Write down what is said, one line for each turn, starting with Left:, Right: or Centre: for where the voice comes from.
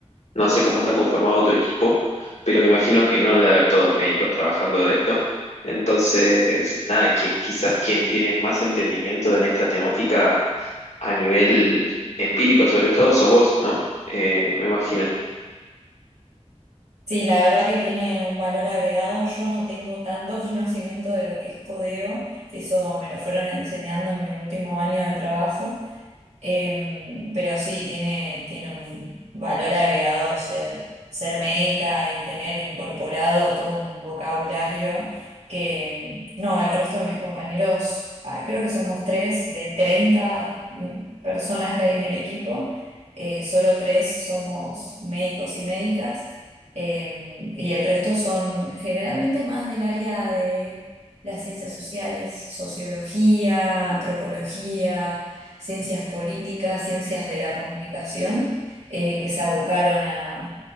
Left: no sé cómo está conformado tu equipo, pero me imagino que no debe haber todos médicos trabajando de esto. Entonces, nada, qui- quizás quien tiene más entendimiento en esta temática a nivel empírico, sobre todo, sos vos, ¿no? Eh, me imagino.
Right: Sí, la verdad que tiene un valor agregado. Yo no tengo tanto <laughs> conocimiento de lo que es codeo, eso me lo fueron enseñando en mi último año de trabajo, Em, pero sí, tiene, tiene un valor agregado ser, ser médica y tener incorporado todo un vocabulario que, em, no, al resto de mis compañeros, ah, creo que somos tres de 30 mm, personas que hay en el equipo, eh, solo tres somos médicos y médicas, em, y el resto son generalmente más del área de las ciencias sociales, sociología, antropología ciencias políticas, ciencias de la comunicación, eh, que se abocaron a,